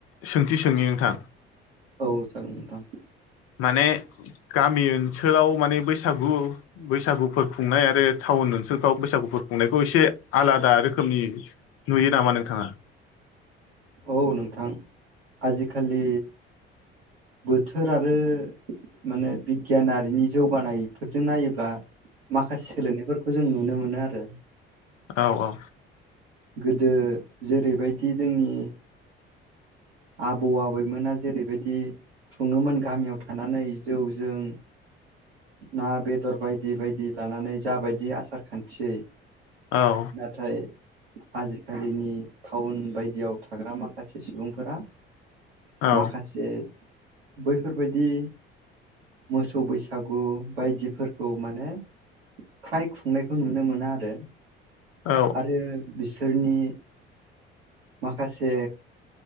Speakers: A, on the left; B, on the right.
A: सों थि सोंनि नोंथां।
B: औ जागोन दे नोंथां।
A: माने गामि ओनसोलाव माने बैसागु बैसागुफोर खुंनाय आरो टाउन ओनसोलफ्राव बैसागुफोर खुंनायखौ एसे आलादा रोखोमनि नुयो नामा नोंथाङा?
B: औ नोंथां। आजिखालि बोथोर आरो माने बिगियानारिनि जौगानायफोरजों नायोब्ला। माखासे सोलायनायफोरखौ जों नुनो मोनो। मोनो आरो
A: औ-औ।
B: गोदो जेरैबायदि जोंनि। आबौ आबैमोना जेरैबायदि खुङोमोन गामियाव थानानै जौ जों ना बेदर बायदि- बायदि लानानै जाबायदि आसार खान्थियै
A: औ
B: नाथाय आजिखालिनि टाउन बायदियाव थाग्रा माखासे सुबुंफोरा
A: औ
B: माखासे बैफोरबायदि मोसौ बैसागु बायदिफोरखौ माने फ्राय खुंनायखौ नुनो मोना आरो।
A: औ
B: आरो बि फोरनि माखा माखासे